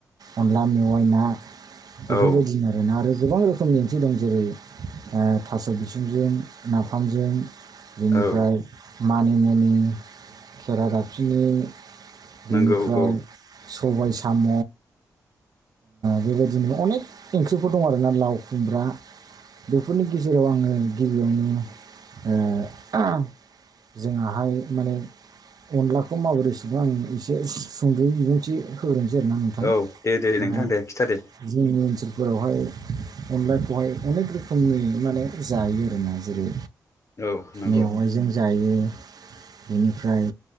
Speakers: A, on the right (about 60°); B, on the left (about 40°).
A: अनला मेवाइ ना बेफोरबायदिनो
B: औ
A: आरोना आरो गोबां रोखोमनि ओंख्रि दं जेरै ओ थास' बिसंजों नाफामजों बेनिफ्राय
B: औ
A: मानि मुनि खेरा दाफिनि बेनिफ्राय
B: नंगौ औ
A: सबाय साम' बेबायदिनो अनेक ओंख्रिफोर दं आरोना लाव खुमब्रा बेफोरनि गेजेराव आङो गिबियावनो ओ आम जोंहा हाय माने अनलाखौ माबोरै सोङो आं एसे सुंद' बिबुंथि होग्रो जिरना नोंथां
B: औ दे दे
A: दा
B: नोंथां दे खिथादे
A: जोंनि ओनसोलफोरावहाय अनलाखौहाय अनेक रोखोमनि माने जायो आरो ना जेरै
B: औ नंगौ
A: मेवाइजों जायो बेनिफ्राय